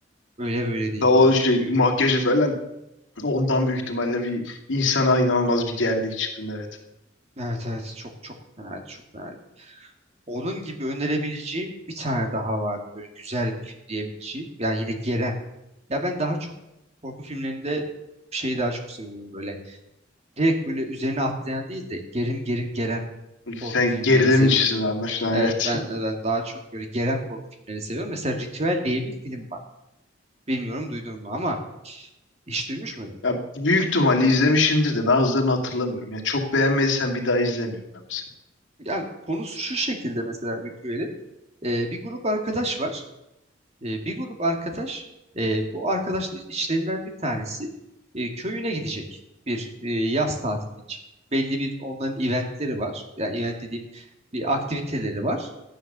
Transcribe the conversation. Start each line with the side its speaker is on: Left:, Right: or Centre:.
Right: Öyle böyle değil
Left: Ve o
Right: ya
Left: şey
Right: çünkü
Left: makyajı falan ondan büyük ihtimalle bir insana inanılmaz bir gerdik çıktın evet.
Right: evet evet çok çok fenaydı çok fenaydı. Onun gibi önerebileceğim bir tane daha vardı böyle güzel bir film diyebileceğim. Yani yine geren Ya ben daha çok korku filmlerinde şeyi daha çok seviyorum böyle. Direkt böyle üzerine atlayan değil de gerim gerim geren korku
Left: Sen
Right: filmlerini
Left: gerilimcisin
Right: seviyorum.
Left: anlaşılan
Right: Evet
Left: evet.
Right: ben, ben daha çok böyle geren korku filmlerini seviyorum. Mesela Ritüel diye bir film var. Bilmiyorum duydun mu ama hiç duymuş
Left: <laughs>
Right: muydun?
Left: Ya büyük ihtimalle izlemişimdir de bazılarını hatırlamıyorum. Ya çok beğenmediysen bir daha izlemiyorum ben mesela.
Right: Yani konusu şu şekilde mesela Ritüel'in. Ee, bir grup arkadaş var. E, bir grup arkadaş, e, bu arkadaşlar içlerinden bir tanesi e, köyüne gidecek bir e, yaz tatili için. Belli bir onların eventleri var. Yani event dediğim bir aktiviteleri var.